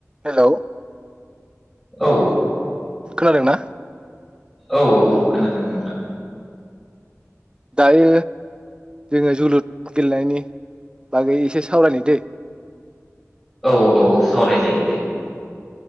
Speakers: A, on the right; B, in the centre.
A: हेल
B: औ
A: <unintelligible> दों ना?
B: औ औ खोनादो नोंथा
A: दायो जोंङो जोलुद गेलेनायनि बागै एसे सावरायनि दे
B: औ औ सावरायजायो दे